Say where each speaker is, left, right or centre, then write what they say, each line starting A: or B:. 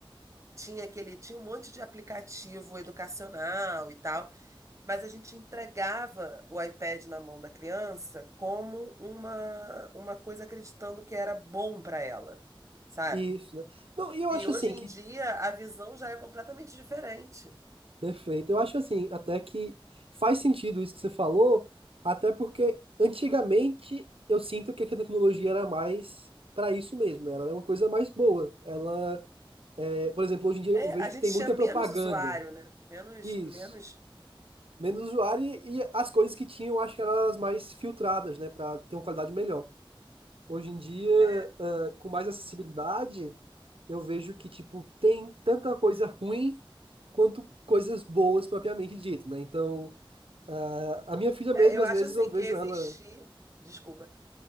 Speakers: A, on the right; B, on the right.
A: tinha aquele, tinha um monte de aplicativo educacional e tal, mas a gente entregava o iPad na mão da criança como uma, uma coisa acreditando que era bom para ela, sabe?
B: Isso, né? Não, e eu
A: E
B: acho
A: hoje
B: assim
A: em
B: que.
A: dia a visão já é completamente diferente.
B: Perfeito. Eu acho assim, até que faz sentido isso que você falou, até porque antigamente eu sinto que a tecnologia era mais para isso mesmo, né? Ela era uma coisa mais boa. Ela, é, por exemplo, hoje em dia
A: É,
B: eu vejo
A: a
B: que
A: gente
B: tem
A: tinha
B: muita
A: menos
B: propaganda.
A: usuário, né? Menos,
B: Isso.
A: menos.
B: Menos usuário e, e as coisas que tinham, acho que eram as mais filtradas, né? Para ter uma qualidade melhor. Hoje em dia,
A: É,
B: ah, com mais acessibilidade, eu vejo que, tipo, tem tanta coisa ruim quanto coisas boas propriamente dito, né? Então, ah, a minha filha
A: É,
B: mesmo,
A: eu
B: às
A: acho
B: vezes
A: assim
B: eu vejo
A: que existir.
B: ela,
A: Desculpa,